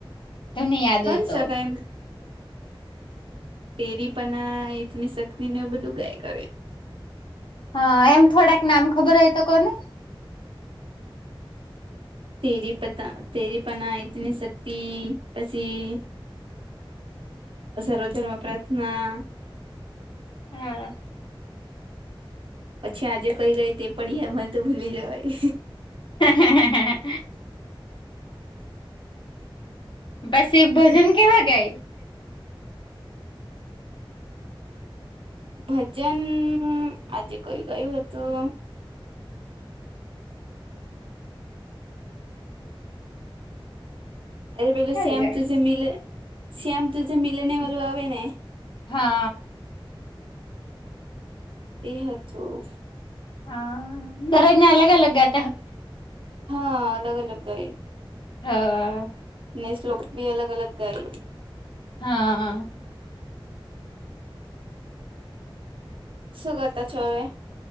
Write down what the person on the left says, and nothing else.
તમને યાદ
હોય તો
હા એમ થોડાક નામ ખબર હ તો કોને
હા.
હ હ. પસી ભોજન કેવા ગાય.
ક્યારે
ગાય
હ અ
હા દરરોજને અલગ અલગ ગા
હા
હાઅ